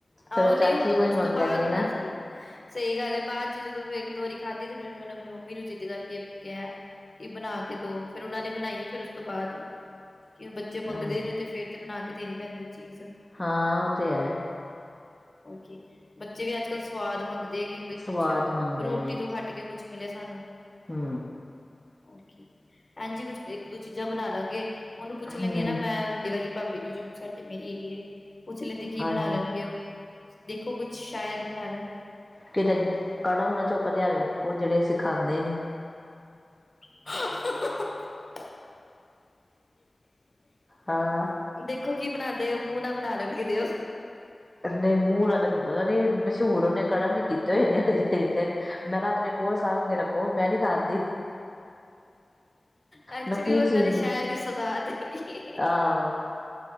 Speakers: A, on the left (about 30°); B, in the centre.
A: ਆਹੋ
B: ਫੇਰ
A: ਉਹ
B: ਚਾਚੀ
A: ਨਹੀਂ ਹੋ ਸਗੋਂ
B: ਕੋਈ
A: ਉਸ
B: ਮੰਗਣਗੇ
A: ਤੋਂ ਬਾਅਦ ਉਹਨਾਂ
B: ਨਾ
A: ਸਹੀ ਗੱਲ ਏ ਬਾਅਦ ਚ ਜਦੋਂ ਫਿਰ ਇੱਕ ਦੋ ਵਾਰੀ ਖਾਧੀ ਤੇ ਫਿਰ ਉਹਨੇ ਆਪਣੀ ਮੰਮੀ ਨੂੰ ਜਿੱਦ ਕਰਕੇ ਕਿਹਾ ਕਿ ਬਣਾ ਕੇ ਦੋ ਫੇਰ ਉਹਨਾਂ ਨੇ ਬਣਾਈ ਫਿਰ ਉਸ ਤੋਂ ਬਾਅਦ ਕਿਉਂ ਬੱਚੇ ਮੰਗਦੇ
B: ਹਾਂ
A: ਨੇ ਤੇ ਫੇਰ ਤੇ ਬਣਾ ਕੇ ਕਿਤੇ ਨੀ ਪੈਂਦੀ ਚੀਜ਼,
B: ਹਾਂ ਉਹ ਤੇ ਹੈ।
A: ਹੋਰ ਕੀ ਬੱਚੇ ਵੀ ਅੱਜ ਕਲ ਸਵਾਦ ਮੰਗਦੇ। ਹੈਗੀ ਬਈ ਕੁਛ
B: ਸਵਾਦ ਮੰਗਦੇ
A: ਰੋਟੀ
B: ਨੇ
A: ਤੋਂ ਹੱਟ ਕੇ, ਕੁਛ ਮਿਲੇ ਸਾਨੂੰ
B: ਹੂੰ,
A: ਹੋਰ ਕੀ ਹਾਂਜੀ ਕੁਛ ਇੱਕ ਦੋ ਚੀਜ਼ ਜਾਂ ਬਣਾ ਲਾਂਗੇ। ਉਹਨੂੰ ਪੁੱਛ ਲੈਣੀ
B: ਹੂੰ
A: ਆ ਨਾ ਮੈਂ ਵੱਡੇ ਵਾਲੀ, ਭਾਬੀ ਨੂੰ ਜੋ ਸਾਡੀ ਮੇਰੀ ਹੈਗੀ ਹੈ। ਪੁੱਛ ਲੈਂਦੀ ਕੀ
B: ਹਾਂਜੀ
A: ਬਣਾ ਲੈਣ ਦੇਖੋ ਕੁਛ ਸ਼ਾਇਦ ਬਣਾ ਲੈਣ,
B: ਕਿਤੇ ਕੜਮ ਨਾ ਚੁੱਕ ਲਿਆਵੇ, ਉਹ ਜਿਹੜੇ ਸਿਖਾਦੇ ਨੇ,
A: <unintelligible>
B: ਹਾਂ
A: ਦੇਖੋ ਕੀ ਬਣਾਦੇ, ਦੇ ਮੂੰਹ ਨਾ ਬਣਾ ਲੈਣ ਕਿਤੇ ਉਹ
B: ਨੇ ਮੂਹ ਵਾਲਾ ਮੈਨੂੰ ਪਤਾ ਨਹੀਂ ਮਸ਼ਹੂਰ ਉਹਨੇ ਕੜਮ ਵੀ ਕੀਤੀ। ਹੋਏ ਨੇ, ਤੇ ਮੈਂ ਕਿਹਾ ਆਪਣੇ ਔ ਸਬ ਕੇ ਰੱਖੋ ਮੈਂ ਨੀ ਖਾਦੀ,
A: ਐਕਚੁਲੀ
B: ਮੈਂ ਕੀ
A: ਉਹ ਉਹਨਾਂ
B: ਚੀਜ਼
A: ਦੇ ਸ਼ਹਿਰ ਦੀ ਸੌਗਾਤ ਹੈਗੀ ਐ।
B: ਆਹੋ